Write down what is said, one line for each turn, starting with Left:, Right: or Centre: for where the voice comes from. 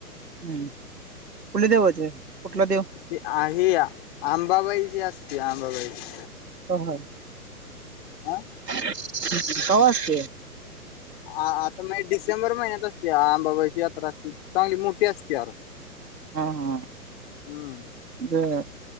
Right: हम्म कुठली देवाची? कुठला देव?
Left: की आहे आंबाबाईचीे असते आंबाबाईची
Right: हा हा,
Left: हा.
Right: नमस्ते!
Left: आ आता मे डिसेंबर महिन्यात असते आंबाबाईची यात्रा असती, चांगली मोठी असते अर.
Right: हा हा
Left: हम्म
Right: बर